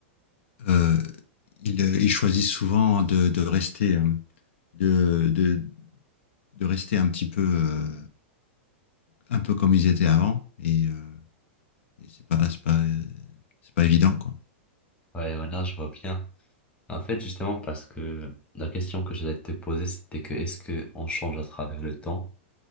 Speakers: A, on the left (about 75°); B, on the left (about 15°).
A: euh, euh, ils, euh, ils, choisissent souvent de, de rester, euh, de, de, de, rester un petit peu, euh, un peu comme ils étaient avant, et, euh, et c'est pas, c'est pas, c'est pas évident quoi.
B: Ouais, voilà, je vois bien. En fait, justement, parce que la question que j'allais te poser, c'était que est-ce que on change à travers le temps?